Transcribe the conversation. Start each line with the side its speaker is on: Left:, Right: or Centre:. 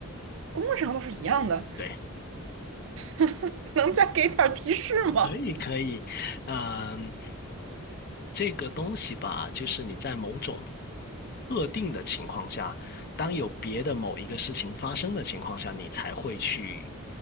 Right: 功能上都是一样的。
Left: 对。
Right: <laughs> 能再给点儿提示吗？
Left: 可以可以，嗯，这个东西吧，就是你在某种特定的情况下，当有别的某一个事情发生的情况下，你才会去